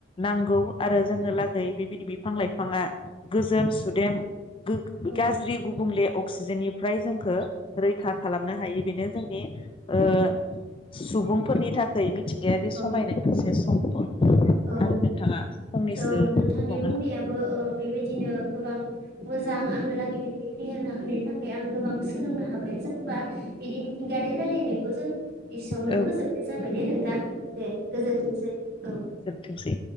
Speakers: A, on the left; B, on the right.
A: नांगौ। आरो जोंनो लागै बेबायदि बिफां लाइफाङा गोजोन सुदेम गो
B: औ
A: गाज्रि गुबुंले अक्सिजेननिफ्राय जोंखौ रैखा खालामनो हायो बेनो जोंनि ओ सुबुंफोरनि थाखाय मिथिंगायारि समायनाय
B: औ
A: मोनसे सम्पद
B: औ
A: आरो नोंथाङा फंनैसो
B: औ नोंथांनि
A: बुंबावनो
B: बुंनायाबो ओ बेबायदिनो गोबां मोजां आंनो लागै बिदि फेहेरना होनायनि थाखाय आं गोबां सोलोंनो हाबाय जों बा बिदि मिथिंगारि रायलायनायखौ जों एसेआवनो
A: हागोन
B: फोजोबनाय जाबाय दे नों थां दे गोजोनथोंसै औ।
A: थोंसै।